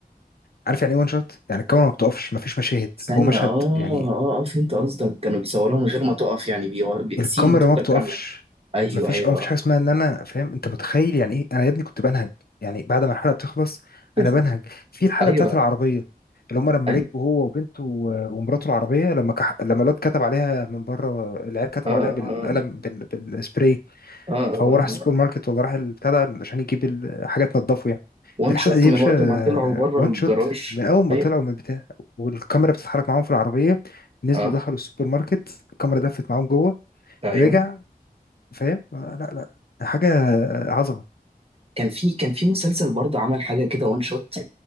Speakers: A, on the left; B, on the right.
A: عارف يعني ايه وان شوت يعني الكاميرا ما بتقفش ما فيش مشاهد
B: ثانية
A: هو مشهد
B: اه اه
A: يعني
B: اه فهمت قصدك كانوا بيصوروها من غير ما تقف يعني بيو... بي... السين
A: الكاميرا
B: بتفضل
A: ما بتقفش
B: كاملة ايوه
A: ما فيش
B: ايوه
A: او ما فيش
B: آه.
A: حاجه اسمها ان انا فاهم انت متخيل يعني ايه انا يا ابني كنت بنهج يعني بعد ما الحلقه بتخلص
B: <laughs>
A: انا بنهج في الحلقه
B: ايوه
A: بتاعت العربيه اللي هم لما
B: اي
A: ركبوا هو وبنته و- ومراته العربيه لما كح... لما الواد كتب عليها من بره العيال كتبوا
B: اه اه
A: عليها بالقلم
B: اه
A: بال... بالسبراي
B: اه آه،
A: فهو
B: آه. آه.
A: راح السوبر ماركت ولا راح البتاع ده عشان يجيب الحاجات تنضفه يعني
B: وان
A: الحلقه
B: شوت
A: دي
B: من
A: يا باشا
B: وقت ما طلعوا بره
A: وان
B: الجراج
A: شوت من اول ما
B: ايوه
A: طلعوا من البتاع والكاميرا بتتحرك معاهم في العربيه نزلوا
B: اه
A: دخلوا السوبر ماركت الكاميرا دفت معاهم جوه
B: ايوه
A: رجع فاهم آه، لا لا حاجه عظمه
B: كان في كان في مسلسل برضه عمل حاجه كده وان شوت